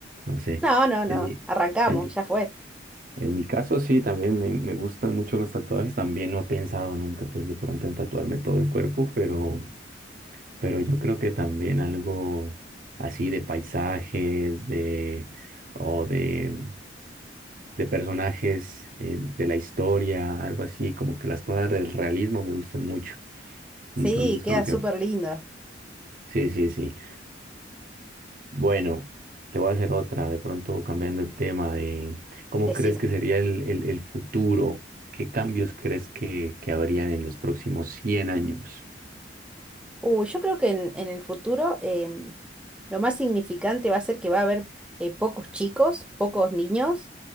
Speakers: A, on the right; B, in the centre.
A: no sé.
B: no, no, no,
A: En mi,
B: arrancamos,
A: en mi
B: ya fue.
A: En mi caso, sí, también me, me gustan mucho los tatuajes. También no he pensado nunca, pues, de pronto en tatuarme todo el cuerpo, pero, pero yo creo que también algo así de paisajes, de, o de, de personajes eh, de la historia, algo así, como que las cosas del realismo me gustan mucho.
B: Sí,
A: Entonces,
B: queda
A: como que,
B: súper lindo,
A: sí, sí, sí. Bueno, te voy a hacer otra, de pronto cambiando el tema de cómo
B: decime.
A: crees que sería el, el- el futuro, qué cambios crees que, que habrían en los próximos 100 años.
B: Uy, yo creo que en, en el futuro em, lo más significante va a ser que va a haber eh, pocos chicos, pocos niños,